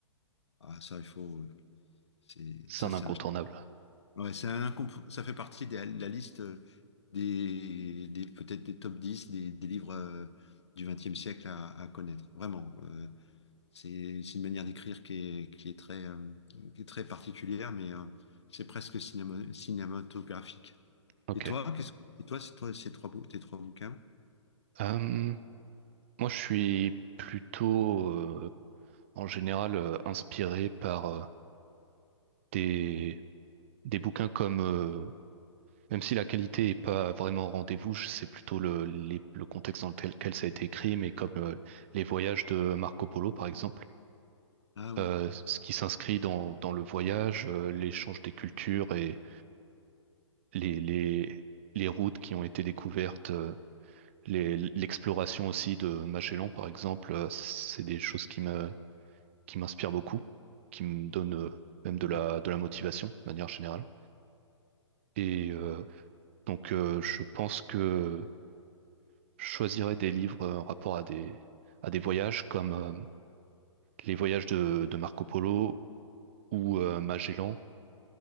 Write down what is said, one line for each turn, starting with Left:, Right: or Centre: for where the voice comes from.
Left: Ah, ça, il faut. c'est-
Right: C'est
Left: Ça,
Right: un
Left: c'est
Right: incontournable.
Left: un. Ouais, c'est un incomp- ça fait partie de la liste des, des- peut-être des top 10 des, des livres euh, du XXe siècle à, à connaître. Vraiment. Euh, C'est c'est une manière d'écrire qui est, qui est très, euh, qui est très particulière, mais euh, c'est presque cinéma- cinématographique.
Right: Ok.
Left: Et toi, qu'est-ce que- et toi, c'est toi, ces trois, bou- tes trois bouquins?
Right: Euh, moi, je suis plutôt, euh, en général, euh, inspiré par euh, des des bouquins comme, euh, même si la qualité est pas vraiment au rendez-vous, je- c'est plutôt le, les- le contexte dans lequel ça a été écrit, mais comme euh, les voyages de Marco Polo, par exemple,
Left: Ah oui,
Right: euh, ce qui s'inscrit dans, dans le voyage, euh, l'échange des cultures et les, les, les routes qui ont été découvertes, euh, les- l'exploration aussi de Magellan, par exemple, euh, c'est des choses qui me, qui m'inspirent beaucoup, qui me donnent euh, même de la,
Left: d'accord.
Right: de la motivation, de manière générale. Et euh, donc, euh, je pense que Je choisirais des livres euh, en rapport à des, à des voyages comme euh, les voyages de, de Marco Polo ou euh, Magellan,